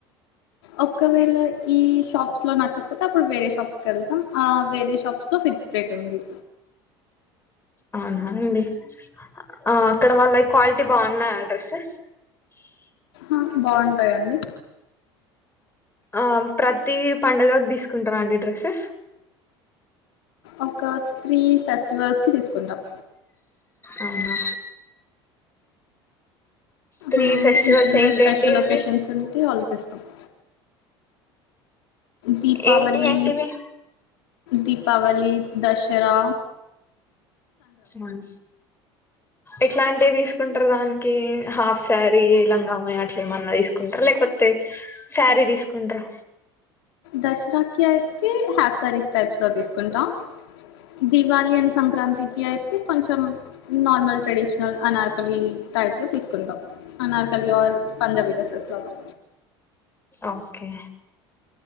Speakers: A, on the left; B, on the left.
A: ఒక్కవేళ ఈ షాప్స్ లో నచ్చకపోతే అప్పుడు వేరే షాప్స్ కి వెళ్తాం ఆ వేరే షాప్స్ లో ఫిక్స్ రేట్ ఉంది.
B: అవునా అండి ఆ అక్కడ వాళ్ళయ్ క్వాలిటీ బాగున్నాయా డ్రెస్సెస్.
A: ఆ బాంది సరే అండి
B: ఆహ్ ప్రతి పండగక్ దీస్కుంట్ర్ అండి డ్రెస్సెస్స్
A: ఒక త్రీ ఫెస్టివల్స్ కి తీసుకుంటాం
B: అవునా త్రీ
A: ఆహ్
B: ఫెస్టివల్స్
A: ఇంకేదన్నా స్పెషల్ ఒకేషన్స్
B: ఏంటేంటివి
A: ఉంటే ఆలోచిస్. అప్ దీపావళీ
B: ఏంటి ఏంటివి
A: దీపావళి దశరా
B: మన్ ఎట్లాంటివి దీస్కుంట్ర్ దానికి హాఫ్ శారీ లంగాఓని అట్ల ఏమన్నా దీస్కుంట్ర్ లేకపోతే శారీ దీస్కుంట్ర్.
A: దశరాకి అయితే హాఫ్ సారీస్ టైప్స్ లో తీసుకుంటాం దివాళి యన్ సంక్రాంతికి అయితే కొంచెం నార్మల్ ట్రెడిషనల్ అనార్కలి టైప్ లో తీసుకుంటాం అనార్కలి ఆర్ పంజాబీ డ్రెస్సెస్ లాగా.
B: ఓకే